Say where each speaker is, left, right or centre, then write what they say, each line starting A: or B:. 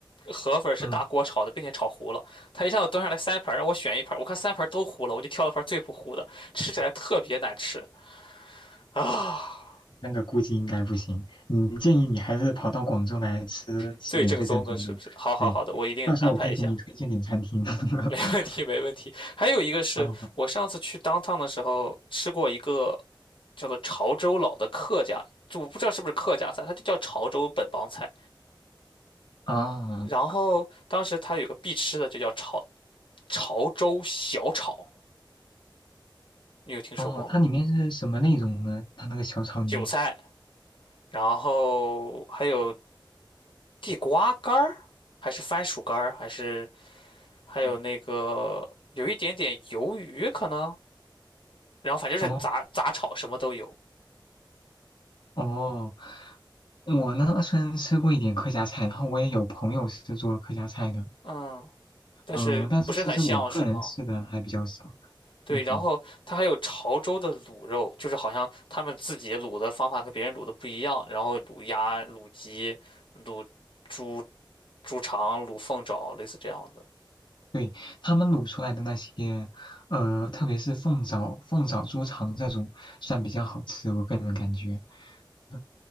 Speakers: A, on the left; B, on the left.
A: 河粉是大锅炒的，
B: 嗯，
A: 并且炒糊了。他一下子端上来三盘让我选一盘我看三盘都糊了，我就挑了盘最不糊的，吃起来特别难吃啊！
B: 那那个估计应该不行。你建议你还是跑到广州来吃吃点最正宗的。
A: 最正宗的是不是？好好好的，
B: 对，
A: 我一定安排一下，
B: 到时候我可以给你推荐点餐厅。<laughs>
A: 没问题没问题。还有一个是我上次去
B: 哦
A: downtown 的时候吃过一个叫做潮州佬的客家，就我不知道是不是客家菜，它就叫潮州本帮菜。
B: 哦。
A: 然后当时它有个必吃的，就叫潮潮州小炒。你有听说过吗？
B: 哦，它里面是什么内容呢？它那个小炒里面。
A: 韭菜，然后还有地瓜干儿，还是番薯干儿，还是还有那个有一点点鱿鱼可能，
B: 哦
A: 然后反正是杂杂炒什么都有，
B: 哦，哦，我呢虽然吃过一点客家菜，然后我也有朋友是做客家菜的，
A: 嗯，但是不是很像是吗？
B: 嗯、但是其实我个人吃的还比较少。
A: 对，
B: 嗯，
A: 然后它还有潮州的卤肉，就是好像他们自己卤的方法跟别人卤的不一样，然后卤鸭、卤鸡、卤猪、猪肠、卤凤爪，类似这样的。
B: 对，他们卤出来的那些，呃，特别是凤爪、凤爪猪肠这种，算比较好吃，我个人感觉。嗯，